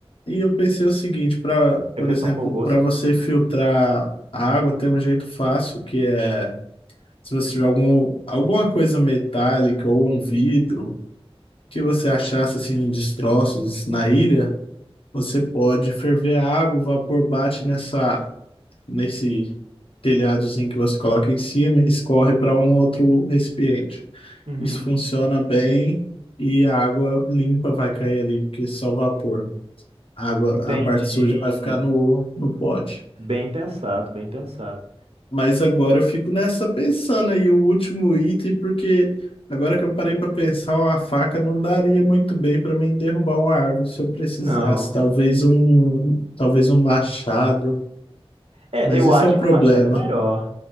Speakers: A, on the left; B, on the right.
A: e eu pensei o seguinte, para,
B: A
A: por
B: questão
A: exemplo,
B: foi o gosto.
A: para você filtrar a água, tem um jeito fácil que é se você tiver algum, alguma coisa metálica ou um vidro que você achasse assim em destroços na ilha, você pode ferver a água, o vapor bate nessa nesse telhadozinho que você coloca em cima e escorre para um outro recipiente.
B: Uhum.
A: Isso funciona bem e a água limpa vai cair ali, porque é só vapor. A água,
B: Entendi.
A: a parte suja vai ficar no, no pote.
B: Bem pensado, bem pensado.
A: Mas agora eu fico nessa pensando aí, o último item, porque agora que eu parei para pensar, uma faca não daria muito bem para mim derrubar uma árvore se eu precisasse.
B: Não.
A: Talvez um, talvez um machado.
B: É,
A: Mas
B: eu
A: isso
B: acho
A: é o problema.
B: que o machado é melhor.